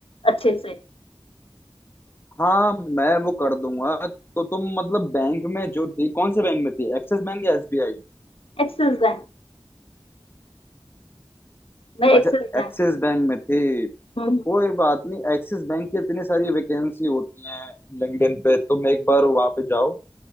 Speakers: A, on the left; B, on the left.
A: अच्छे से
B: हाँ मैं वो कर दूंगा तो तुम मतलब बैंक में जो थी कौन से बैंक में थी एक्सिस बैंक या एसबीआई
A: एक्सिस बैंक मैं Axis
B: अच्छा
A: bank
B: एक्सिस बैंक में थी
A: Hmm
B: तो कोई बात नहीं एक्सिस बैंक की इतनी सारी वैकेंसी होती हैं लिंक्डइन पे तुम एक बार वहां पे जाओ